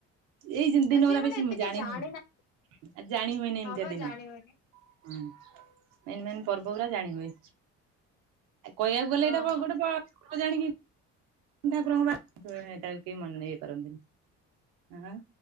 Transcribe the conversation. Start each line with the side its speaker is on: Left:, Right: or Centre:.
Right: ଏଇ ଦିନ
Left: ଆଉ ଯିଏ
Right: ଗଲା
Left: ମାନେ
Right: ବେଶୀ
Left: ଏତେ କେହି
Right: ଜାଣି
Left: ଜାଣିନା
Right: ହୁଏନି ଆଉ ଜାଣି ହୁଏନି
Left: ହଁ
Right: ଏମିତିଆ
Left: ବା
Right: ଦିନ।
Left: ଜାଣି ହୁଏନି
Right: ହୁଁ ମେନ୍ ମେନ୍ ପର୍ବ ରା ଜାଣିହୁଏ। ଆ କହିବାକୁ ଗଲେ
Left: ହଁ
Right: ଏଇଟା ଗୋଟେ
Left: ହଁ।
Right: ଜାଣିବି। ଠାକୁରଙ୍କ ତାକୁ କେହି ମନେ ନେଇ କରନ୍ତିନି।